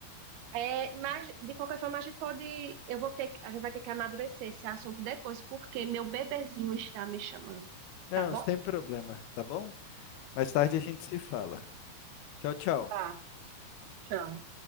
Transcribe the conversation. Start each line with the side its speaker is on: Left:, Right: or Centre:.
Right: é, mas, de qualquer forma, a gente pode. Eu vou ter, que- a gente vai ter que amadurecer esse assunto depois, porque meu bebezinho está me chamando,
Left: Não,
Right: tá bom?
Left: sem problema, tá bom? Mais tarde a gente se fala. Tchau, tchau.
Right: Tá, tchau.